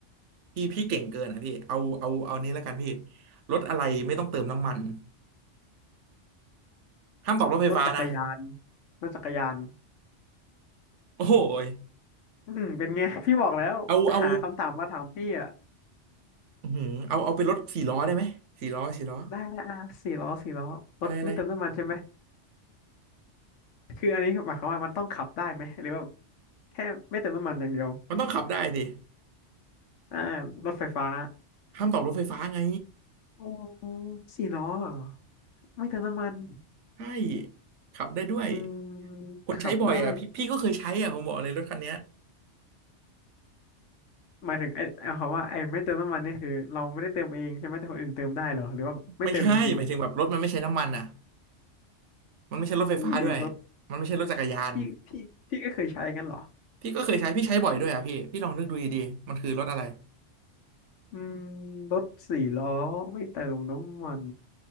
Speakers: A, on the right (about 80°); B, on the left (about 80°).
A: พี่พี่เก่งเกินอ่ะพี่เอาเอาเอานี้แล้วกันพี่รถอะไรไม่ต้องเติมน้ำมันห้ามตอบรถไฟฟ้านะ
B: รถจักรยานรถจักรยาน
A: โอ้ย
B: อืมเป็นไงพี่บอกแล้วจะหาคำถามมาถามพี่อ่ะ
A: เอาเอาอื้อหือเอาเอาเป็นรถสี่ล้อได้ไหมสี่ล้อสี่ล้อ
B: ได้นะอ่ะสี่ล้อสี่ล้อรถไม่เติมน้ำมันใช่ไหม
A: อะไรอะไร
B: คืออันนี้หมายความว่ามันต้องขับได้ไหมหรือว่าแค่ไม่เติมน้ำมันอย่างเดียว
A: มันต้องขับได้สิ
B: อ่ารถไฟฟ้า
A: ห้ามตอบรถไฟฟ้าไง
B: โอ้สี่ล้อเหรอไม่เติมน้ำมัน
A: ใช่ขับได้ด้วย
B: อืม
A: คนใช้บ่อยอ่ะพี่พี่ก็เคยใช้อ่ะผมบอกเลยรถคันเนี้ย
B: ขับได้หมายถึงไอ้เอาคำว่าไอ้ไม่เติมน้ำมันนี่คือเราไม่ได้เติมเองใช่ไหมแต่คนอื่นเติมได้เหรอหรือว่าไม่เติมจริง
A: ไม่ใช่หมายถึงแบบรถมันไม่ใช้น้ำมันอ่ะมันไม่ใช่รถไฟฟ้าด้วย
B: ๆนี่รถ
A: มันไม่ใช่รถจักรยาน
B: ที่ที่ที่ก็เคยใช้กันเหรอ
A: พี่ก็เคยใช้พี่ใช้บ่อยด้วยอ่ะพี่พี่ลองนึกดูดีๆมันคือรถอะไร
B: อืมรถสี่ล้อไม่เติมน้ำมัน